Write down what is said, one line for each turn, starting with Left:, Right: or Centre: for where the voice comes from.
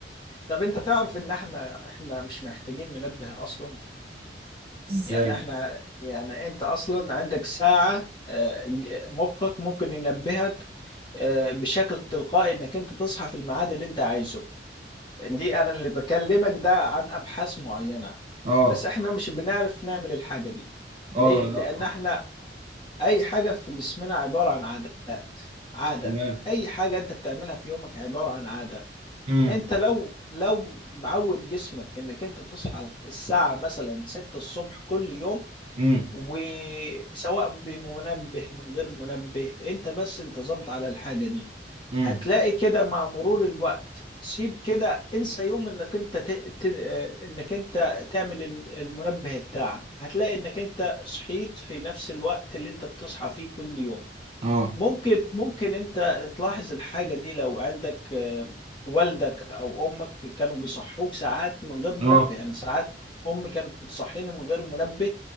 Left: طب انت تعرف ان احنا احنا مش محتاجين منبه اصلا
Right: ازاي
Left: يعني احنا يعني انت اصلا عندك ساعه آه، مخك ممكن ينبهك آه، بشكل تلقائي انك انت تصحى في الميعاد اللي انت عايزه دي انا اللي بكلمك ده عن ابحاث معينة
Right: اه
Left: بس احنا مش بنعرف نعمل الحاجة دي
Right: اه
Left: ليه؟
Right: لا
Left: لان احنا اي حاجة في جسمنا عبارة عن عادات عادة
Right: تمام
Left: اي حاجة انت بتعملها في يومك عبارة عن عادة
Right: امم
Left: انت لو لو معود جسمك انك انت تصحى الساعة مثلا 6 الصبح كل يوم
Right: امم
Left: وسواء بمنبه من غير منبه انت بس انتظمت على الحاجة دي
Right: امم
Left: هتلاقي كده مع مرور الوقت سيب كده انسى يوم انك انت ت... ت... آه، انك انت تعمل ال- المنبه بتاعك هتلاقي انك انت صحيت في نفس الوقت اللي انت بتصحى فيه كل يوم
Right: اه
Left: ممكن ممكن انت تلاحظ الحاجة دي لو عندك آه، والدك او امك كانوا بيصحوك ساعات من غير منبه
Right: اه
Left: يعني ساعات امي كانت بتصحيني من غير منبه